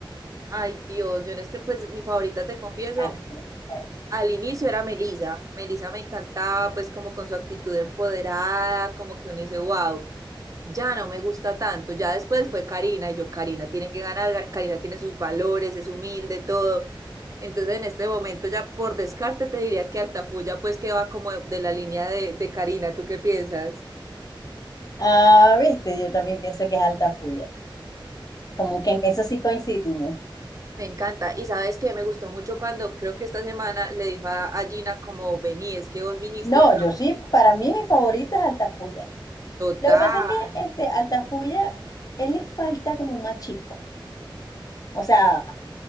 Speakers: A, on the right; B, on the left.
A: Ay, Dios, yo en este, pues mi favorita, te confieso,
B: Así, eh.
A: al inicio era Melisa. Melisa me encantaba pues como con su actitud empoderada, como que uno dice, wow, ya no me gusta tanto. Ya después fue Karina, y yo, Karina tiene que ganar, Ga- Karina tiene sus valores, es humilde, todo. Entonces en este momento ya por descarte te diría que Altafulla pues que va como de la línea de, de Karina, ¿tú qué piensas?
B: Ah, viste, yo también pienso que es Altafulla, como que en eso sí coincidimos.
A: Me encanta. Y sabes que me gustó mucho cuando creo que esta semana le dijo a, a Gina como vení, es que vos viniste
B: No,
A: a
B: yo sí, para mí mi favorita es Altafulla.
A: total.
B: Lo que pasa es que este Altafulla, él le falta como más chispa. O sea,